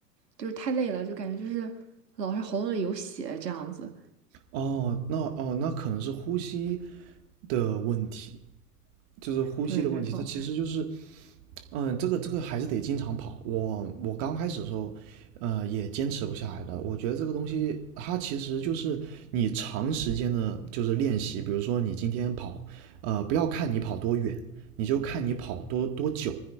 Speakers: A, on the right (about 80°); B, on the right (about 50°).
A: 就是太累了，就感觉就是老是喉咙里有血这样子。
B: 哦，那哦，那可能是呼吸的问题，就是呼吸的问题。
A: 对，没错。
B: 它其实就是嗯，这个这个还是得经常跑。我我刚开始的时候，呃，也坚持不下来的。我觉得这个东西，它其实就是你长时间的，就是练习。比如说你今天跑，呃，不要看你跑多远，你就看你跑多多久。